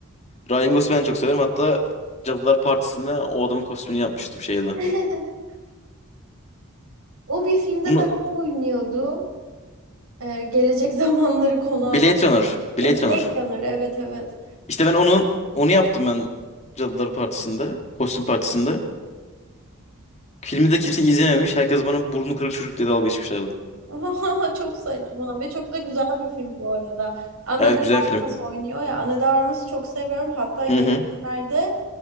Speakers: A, on the left; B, on the right.
A: Ryan Gosling'i ben çok severim. Hatta Cadılar Partisi'nde o adamın kostümünü yapmıştım şeyde.
B: <laughs> O bir filmde
A: Bunu
B: daha oynuyordu. Ee, gelecek zamanları konu
A: Blade
B: alan.
A: Runner. Blade
B: Ee, Blade
A: Runner.
B: Runner, evet evet.
A: İşte ben onun onu yaptım ben Cadılar Partisi'nde. Kostüm Partisi'nde. Filmi de kimse izlememiş. Herkes bana burnu kırık çocuk diye dalga geçmişlerdi.
B: <laughs> Çok saçma ve çok da güzel bir film bu arada. Ana
A: Evet
B: de
A: güzel
B: Armas
A: film.
B: oynuyor ya. Ana de Armas'ı çok seviyorum. Hatta geçenlerde
A: Hı hı.